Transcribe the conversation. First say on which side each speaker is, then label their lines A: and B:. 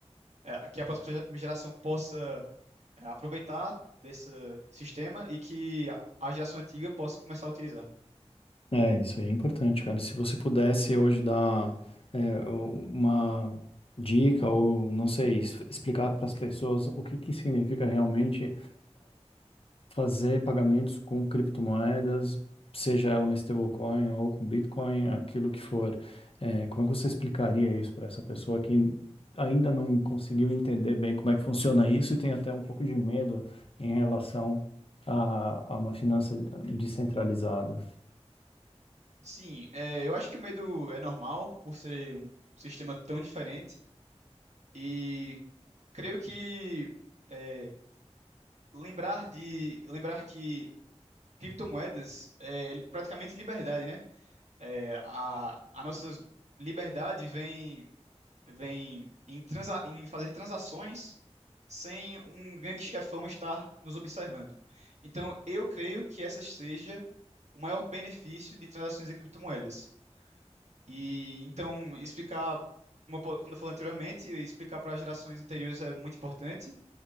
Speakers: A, on the right; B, on the left.
A: é, que a próxima geração possa é, aproveitar desse sistema e que a a geração antiga possa começar a utilizar.
B: É, isso aí é importante, cara. Se você pudesse hoje dar, eh, uma dica ou, não sei, es- explicar para as pessoas o que que significa realmente. fazer pagamentos com criptomoedas, seja ela uma stablecoin ou com Bitcoin, aquilo que for. É, como é que você explicaria isso para essa pessoa que ainda não conseguiu entender bem como é que funciona isso e tem até um pouco de medo em relação a, a uma finança descentralizada?
A: Sim, é, eu acho que o medo é normal por ser um sistema tão diferente e creio que é, lembrar de lembrar que criptomoedas é praticamente liberdade, né? É, a, a nossa liberdade vem vem em, transa em fazer transações sem um grande chefão estar nos observando. Então, eu creio que essa seja o maior benefício de transações em criptomoedas. E então, explicar, como eu, po- quando eu falei anteriormente, explicar para gerações anteriores é muito importante.